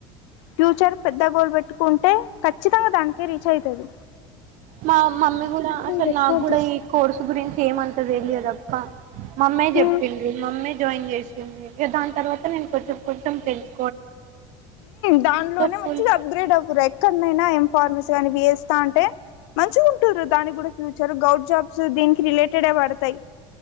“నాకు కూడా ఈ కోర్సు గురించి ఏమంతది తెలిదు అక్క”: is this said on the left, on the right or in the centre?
Right